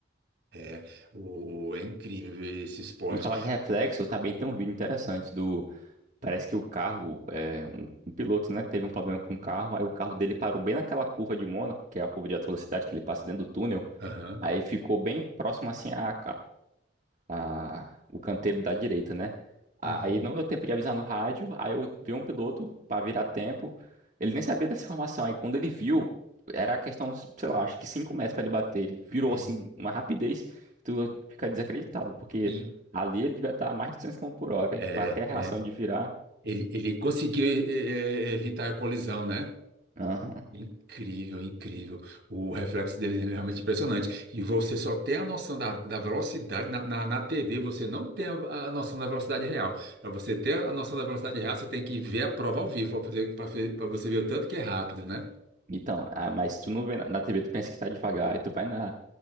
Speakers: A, on the right; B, on the right.
A: é, o, o- é incrível esse esporte.
B: Em falar de reflexo, também tem um vídeo interessante do, parece que o carro, é, um, um piloto, né, teve um problema com o carro, aí o carro dele parou bem naquela curva de Mônaco, que é a curva de alta velocidade que ele passa dentro do túnel,
A: Aham.
B: aí ficou bem próximo, assim, a a, o canteiro da direita, né? Aí
A: Uhum.
B: não deu tempo de avisar no rádio, aí eu vi um piloto para virar tempo. Ele nem sabia dessa informação, aí quando ele viu, era a questão, sei lá, acho que 5 metros para ele bater. Ele virou
A: É,
B: assim, uma rapidez, que tu fica desacreditado, porque
A: e
B: ali ele devia estar a mais de 200 quilômetros por hora,
A: é,
B: e até a reação
A: é,
B: de virar.
A: ele, ele conseguiu eh, eh, evitar a colisão, né?
B: Aham.
A: Incrível, incrível. O reflexo deles é realmente impressionante. E você só tem a noção da, da velocidade. Na, na, na TV, você não tem a, a noção da velocidade real. Para você ter a noção da velocidade real, você tem que ver a prova ao vivo para você ver o tanto que é rápido, né?
B: Então, ah, mas tu não vê na, na TV, tu pensa que tá devagar, e tu vai na,